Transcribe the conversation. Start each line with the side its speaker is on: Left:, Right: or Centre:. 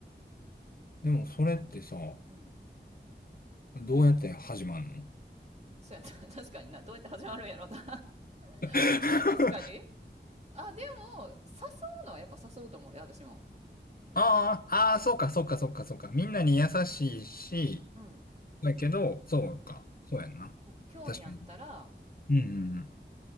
Left: でも、それってさ、
Right: うん。
Left: どうやって始まんの
Right: そうやな。<laughs> 確かにな。どうやって始まるんやろな。
Left: <laughs>
Right: <laughs> 確かに。あ、でも、誘うのはやっぱ誘うと思うで、私も。
Left: ああ、ああ、そうか、そうか、そうか、そうか。みんなに優しいし、
Right: うん。
Left: だけど、そうか。
Right: うん。
Left: そうやんな。
Right: うん。興味あったら、
Left: 確かに。うん。